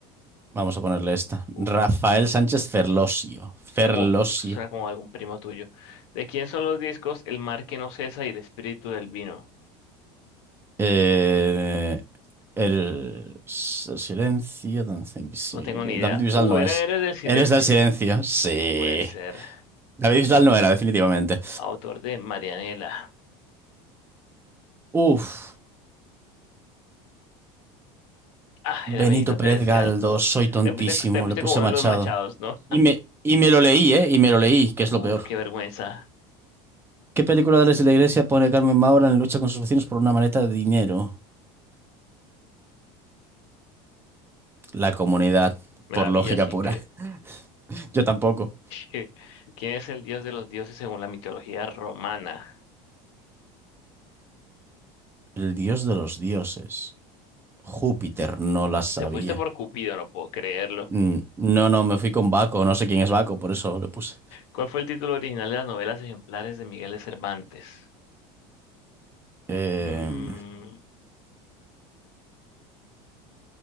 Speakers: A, on the right (about 15°); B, on the left (about 80°).
A: Vamos a ponerle esta.
B: Uf,
A: Rafael Sánchez Ferlosio. Ferlosio.
B: suena como, suena como algún primo tuyo. ¿De quién son los discos El mar que no cesa y El espíritu del vino?
A: Eh, el s- silencio, danza invisible.
B: No tengo ni idea.
A: David Bisbal
B: Uh,
A: no
B: era
A: es.
B: Eres del silencio.
A: Héroes del silencio. Sí.
B: No puede ser.
A: David Bisbal no era, definitivamente.
B: Autor de Marianela.
A: Uf.
B: Ah, era
A: Benito
B: Benito Pérez
A: Pérez
B: Galdós.
A: Galdós. Soy tontísimo.
B: Te fuiste, te fuiste
A: Le
B: como
A: puse
B: uno de
A: Machado.
B: los machados, ¿no?
A: Y me, y me lo leí, ¿eh? Y me lo leí, que es
B: Uf,
A: lo peor.
B: qué vergüenza.
A: ¿Qué película de de la Iglesia pone Carmen Maura en lucha con sus vecinos por una maleta de dinero? La comunidad,
B: Me
A: por
B: la
A: lógica
B: vi, así
A: pura.
B: que...
A: <laughs> Yo tampoco.
B: ¿Qué- ¿Quién es el dios de los dioses según la mitología romana?
A: El dios de los dioses. Júpiter no la sabía.
B: Te fuiste por Cupido, no puedo creerlo.
A: Mm, No, no, me fui con Baco. No sé quién es Baco, por eso le puse.
B: ¿Cuál fue el título original de las novelas ejemplares de Miguel de Cervantes?
A: Eh,
B: Mm,